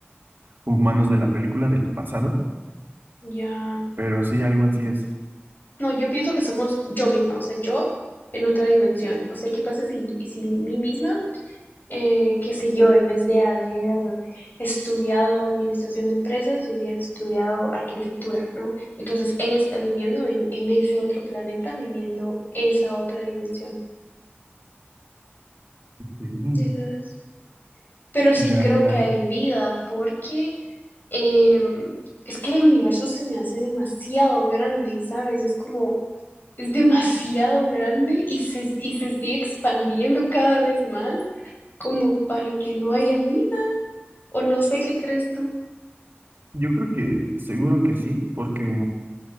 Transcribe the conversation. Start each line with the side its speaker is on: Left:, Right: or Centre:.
Right: humanos de la película del pasado,
Left: ya.
Right: pero sí, algo así es.
Left: No, yo pienso que somos yo misma, o sea, yo en otra dimensión. O sea, ¿qué pasa si, si mí misma eh, qué sé yo, en vez de haber estudiado administración de empresas, hubiera estudiado arquitectura, ¿no? Entonces ella está viviendo en, en ese otro planeta, viviendo esa otra dimensión,
Right: Mm,
Left: ¿sí sabes? Pero sí
Right: Ya,
Left: creo
Right: ya, ya.
Left: que hay vida porque em, es que el universo se me hace demasiado grande, ¿sabes? Es como, es demasiado grande y se, y se sigue expandiendo cada vez más como para que no haya vida. O no sé qué crees tú.
Right: Yo creo que seguro que sí, porque,